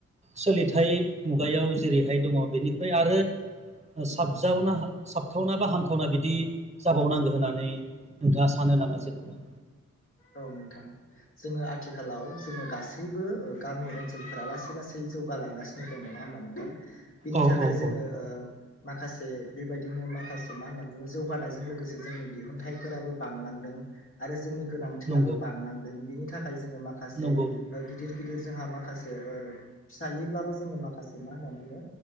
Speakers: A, on the right; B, on the left.
A: सोलिथायाइ मुगायाव जेरैहाय दङ बेनिफ्राय आरो साबजावना हा साबजावना हाबथावना बा हामथावना बिदि जाबावनांगौ होननानै नोंथाङा सानो नामा जेन'बा
B: औ नोंथां जोङो आथिखालाव जोङो गासैबो गामि जोंनि ओनसोलफोरा लासै लासै जौगालांगासिनो दं नङा हबा नोंथां बिनि
A: औ
B: थाखाय
A: औ
B: जोङो
A: औ
B: ओ माखासे बेबायदिनो माखासे मा होनना बुङो जौगानायजों लोगोसे जोंनि दिहुनथाइफोराबो बांलांदों आरो जोंनि गोनांथियाबो
A: नंगौ
B: बांलांदों बिनि थाखाय जोङो माखासे
A: नंगौ नंगौ
B: गिदिर गिदिर जोंहा माखासे ओ फिसायैब्लाबो जोङो माखासे मा होनना बुङो